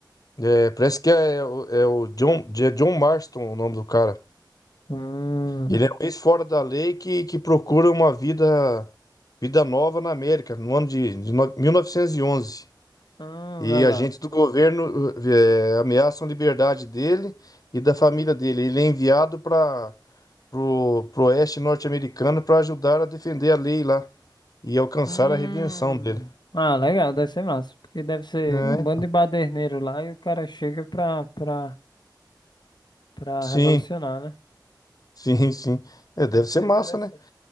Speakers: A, on the left; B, on the left.
A: É, parece que é, é o- é o John, é John Marston o nome do cara.
B: Hum,
A: Ele é um ex-fora da lei que, que procura uma vida, vida nova na América, no ano de, de no- 1911. E onze.
B: hum,
A: E
B: legal.
A: agentes do governo eh, eh, ameaçam a liberdade dele e da família dele. Ele é enviado para o oeste norte-americano para ajudar a defender a lei lá e alcançar
B: Hum.
A: a redenção dele.
B: Ah, legal, deve ser massa, porque deve ser
A: É,
B: um bando de baderneiro lá e o cara chega pra, pra, pra
A: sim.
B: revolucionar, né?
A: Sim, sim. É, deve
B: Deve
A: ser
B: ser
A: massa,
B: interessante.
A: né?